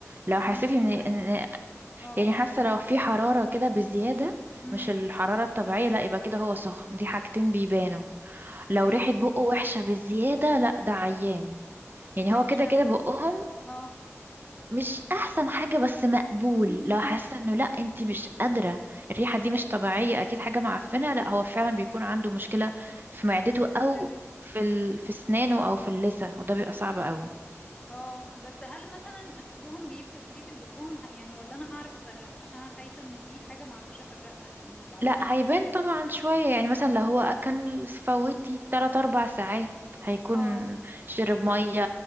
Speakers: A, on the right (about 40°); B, on the left (about 20°).
A: لو
B: نص
A: حسيتي ان
B: صباعي في وداني
A: إن
B: اه
A: يعني حاسة لو في حرارة كده بزيادة
B: امم
A: مش الحرارة الطبيعية لا يبقى كده هو سخن دي حاجتين بيبانوا
B: تمام
A: لو ريحة بقه وحشة بزيادة لا ده عيان
B: وحشه
A: يعني هو كده كده بقهم
B: اه
A: مش أحسن حاجة بس مقبول
B: <laughs>
A: لو حاسة إنه لا أنتي مش قادرة الريحة دي مش طبيعية أكيد حاجة معفنة لا هو فعلا بيكون عنده مشكلة في معدته
B: في في
A: أو
B: معدته
A: في ال... في سنانه أو في اللثة وده بيبقى صعب أوي
B: اه بس هل مثلا اكلهم بيفرق في ريحة بقهم ه- يعني ولا انا هعرف افرق عشان انا خايفة ان دي حاجة معرفش افرقها يعني بعدين
A: لا هيبان طبعا شوية يعني مثلا لو هو أكل فوتي تلات أربع ساعات هيكون
B: اه
A: شرب مية